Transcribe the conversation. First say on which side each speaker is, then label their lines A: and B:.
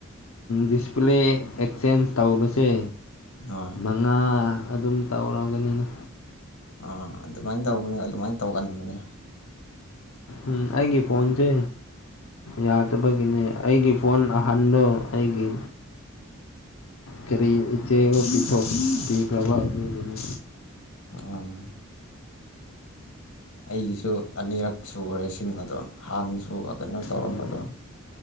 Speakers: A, on the left; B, on the left.
A: ꯗꯤꯁꯄ꯭ꯂꯦ ꯑꯦꯛꯆꯦꯟꯖ ꯇꯧꯕꯁꯦ
B: ꯑꯣ
A: ꯉꯥ ꯑꯗꯨꯝ ꯇꯧꯔꯒꯅꯤꯅ
B: ꯑꯥ ꯑꯗꯨꯃꯥꯏꯟ ꯇꯧꯕꯅꯦ ꯑꯗꯨꯃꯥꯏꯟ ꯇꯧꯒꯟꯕꯅꯦ
A: ꯎꯝ ꯑꯩꯒꯤ ꯐꯣꯟꯁꯦ ꯌꯥꯗꯕꯒꯤꯅꯦ ꯑꯩꯒꯤ ꯐꯣꯟ ꯑꯍꯟꯗꯣ ꯑꯩꯒꯤ ꯀꯔꯤ ꯏꯆꯦꯕꯨ ꯄꯤꯊꯣꯛ ꯄꯤꯈ꯭ꯔꯕꯥ ꯑꯗꯨꯒꯤꯅꯦ
B: ꯑꯥꯡ ꯑꯩꯒꯤꯁꯨ ꯑꯅꯤꯔꯛ ꯁꯨꯔꯦ ꯁꯤꯟ ꯑꯗꯣ ꯍꯥꯟꯅꯁꯨ ꯑꯥ ꯀꯩꯅꯣ ꯇꯧꯔꯝꯕꯗꯣ
A: ꯑꯣ